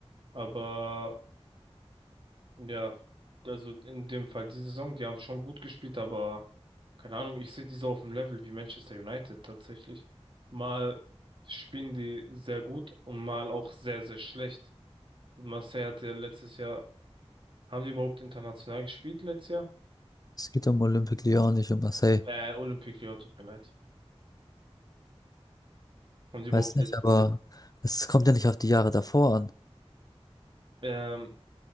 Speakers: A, on the right; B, on the left.
A: Aber Ja, also in dem Fall die Saison, die haben schon gut gespielt, aber keine Ahnung, ich sehe die so auf dem Level wie Manchester United tatsächlich. Mal spielen die sehr gut und mal auch sehr, sehr schlecht. Marseille hat ja letztes Jahr, haben die überhaupt international gespielt letztes Jahr?
B: Es geht um Olympique Lyon, nicht um Marseille.
A: Äh, Olympique Lyon, tut mir leid. Haben die überhaupt
B: Weiß
A: letztes,
B: nicht, aber es kommt ja nicht auf die Jahre davor an.
A: ähm,